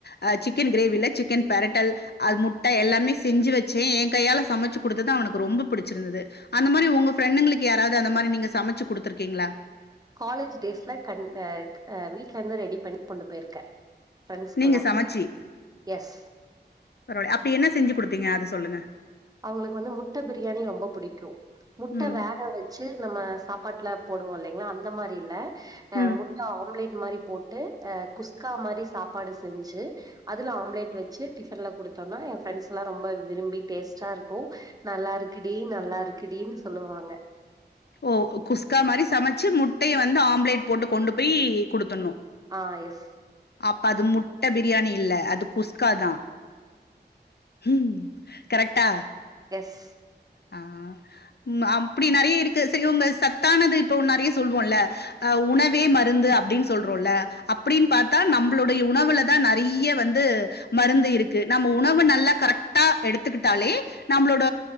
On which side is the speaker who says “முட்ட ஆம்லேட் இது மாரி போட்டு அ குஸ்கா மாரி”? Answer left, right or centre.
Right